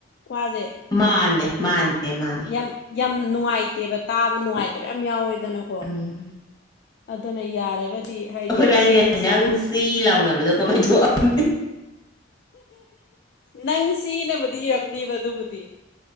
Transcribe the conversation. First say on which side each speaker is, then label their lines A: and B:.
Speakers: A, on the left (about 60°); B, on the left (about 20°).
A: ꯋꯥꯁꯦ
B: ꯃꯥꯅꯦ ꯃꯥꯅꯦ ꯃꯥꯅꯦ
A: ꯌꯥꯝ ꯌꯥꯝ ꯅꯨꯡꯉꯥꯏꯇꯦꯕ ꯇꯥꯕ ꯅꯨꯡꯉꯥꯏꯇꯕ ꯌꯥꯝ ꯌꯥꯎꯋꯦꯗꯅꯀꯣ
B: ꯎꯝ
A: ꯑꯗꯨꯅ ꯌꯥꯔꯒꯗꯤ ꯍꯥꯏꯗꯤ
B: ꯑꯩꯈꯣꯏꯕꯥꯅꯤꯅ
A: ꯁꯦꯡꯅ ꯁꯦꯡꯅ
B: ꯅꯪ
A: ꯈꯤꯇꯪ
B: ꯁꯤ ꯂꯥꯎꯅꯕꯗꯣ ꯀꯃꯥꯏꯅ ꯊꯣꯛꯑꯝꯅꯤ
A: ꯅꯪ ꯁꯤꯅꯕꯨꯗꯤ ꯏꯔꯝꯅꯤꯕ ꯑꯗꯨꯕꯨꯗꯤ